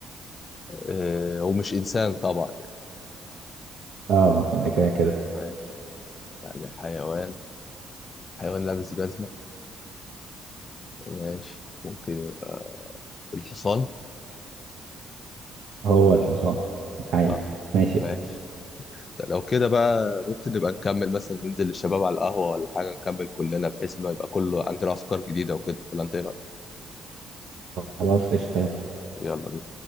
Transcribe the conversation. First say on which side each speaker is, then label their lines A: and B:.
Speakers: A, on the left (about 35°); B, on the right (about 75°).
A: آه ومش انسان طبعا يعني
B: اه ده كده كده
A: ماشي يعني حيوان حيوان لابس جزمة ماشي ممكن الحصان
B: هو الحصان حي
A: اه
B: ماشي
A: ماشي طب لو كده بقى ممكن نبقى نكمل مثلا ننزل للشباب على القهوة ولا حاجة نكمل كلنا بحيث اللي هو يبقى كله عندنا أفكار جديدة وكده ولا أنت إيه رأيك؟
B: خلاص قشطة يلا.
A: يلا بينا